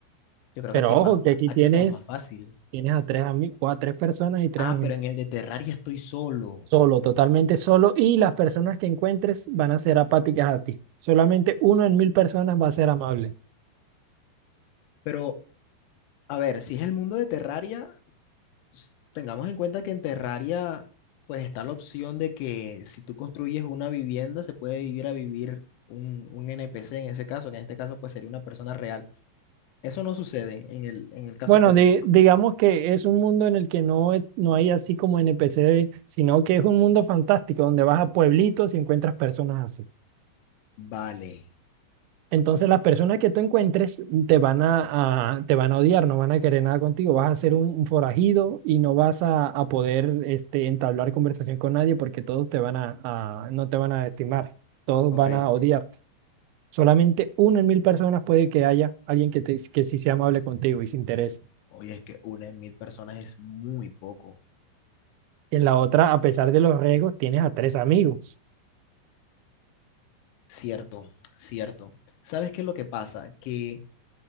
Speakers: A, on the left (about 85°); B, on the right (about 85°).
A: Yo creo
B: Pero
A: que aquí es
B: ojo,
A: más,
B: que aquí
A: aquí
B: tienes,
A: la tengo más fácil.
B: tienes a tres amigos, a tres personas y tres
A: Ah,
B: amigos.
A: pero en el de Terraria estoy solo.
B: Solo, totalmente solo. Y las personas que encuentres van a ser apáticas a ti. Solamente uno en mil personas va a ser amable.
A: Pero, a ver, si es el mundo de Terraria, s- tengamos en cuenta que en Terraria, pues está la opción de que si tú construyes una vivienda, se puede ir a vivir un, un NPC en ese caso, que en este caso, pues sería una persona real. Eso no sucede en el, en el caso
B: Bueno,
A: hipotético.
B: di- digamos que es un mundo en el que no, es- no hay así como NPC, sino que es un mundo fantástico donde vas a pueblitos y encuentras personas así.
A: Vale.
B: Entonces
A: no-
B: las personas que tú encuentres te van a, a- te van a odiar, no van a querer nada contigo, vas a ser un, un forajido y no vas a, a poder este, entablar conversación con nadie porque todos te van a, a- no te van a estimar, todos
A: ok.
B: van a odiar. Solamente uno en mil personas puede que haya alguien que, te- que sí sea amable contigo y se interese.
A: Oye, es que una en mil personas es muy poco.
B: En la otra, a pesar de los riesgos, tienes a tres amigos.
A: Cierto, cierto. ¿Sabes qué es lo que pasa? Que